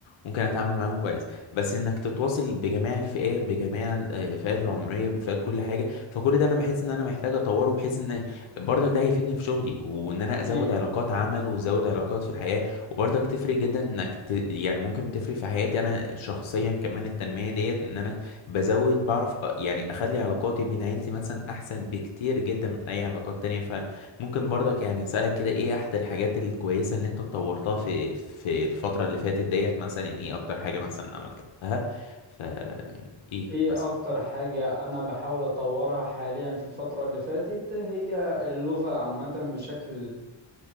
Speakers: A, on the left; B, on the right.
A: ممكن اتعامل معاهم كويس بس انك تتواصل بجميع الفئات بجميع ال- آه، الفئات العمريه بفئات كل حاجه فكل ده انا بحس ان انا محتاج اطوره بحيث ان برضك ده هيفيدني في شغلي وان انا
B: أكيد
A: ازود علاقات عمل وازود علاقات في الحياه وبرضك تفرق جدا انك ت... يعني ممكن تفرق في حياتي انا شخصيا كمان التنميه ديت ان انا بزود بعرف أ- يعني اخلي علاقاتي بين عيلتي مثلا احسن بكتير جدا من اي علاقات تانية ف ممكن برضك يعني اسالك كده ايه احد الحاجات الكويسه اللي انت طورتها في في الفتره اللي فاتت ديت مثلا يعني ايه اكتر حاجه مثلا عملتها ف يعني ايه
B: ايه
A: مثلا
B: اكتر حاجة انا بحاول اطورها حاليا في الفترة اللي فاتت هي اللغة عامة بشكل